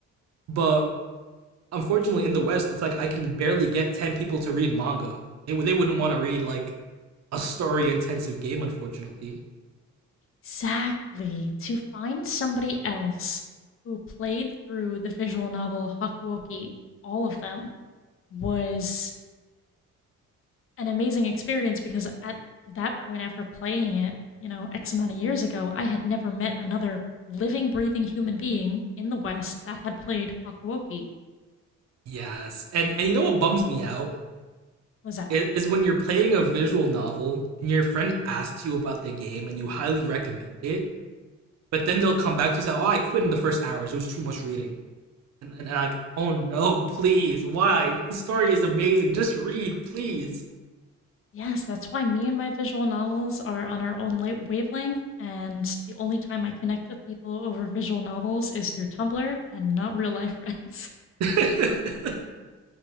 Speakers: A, on the right; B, on the left.
A: But unfortunately, in the West, it's like I can barely get ten people to read manga. They they wouldn't want to read like a story intensive game, unfortunately.
B: Exactly. To find somebody else who played through the visual novel Hakuoki, all of them, was an amazing experience because at that point, after playing it, you know, X amount of years ago, I had never met another living, breathing human being in the West that had played Hakuoki.
A: Yes, and and you know what bums me out
B: Was that?
A: is, when you're playing a visual novel and your friend asks you about the game and you highly recommend it, but then they'll come back to you and say, "Oh, I quit in the first hours. It was too much reading." And, and, and like, "Oh no, please, why? The story is amazing. Just read, please."
B: Yes, that's why me and my visual novels are on our own la- wavelength, and the only time I connect with people over visual novels is through Tumblr and not real life friends.
A: <laughs>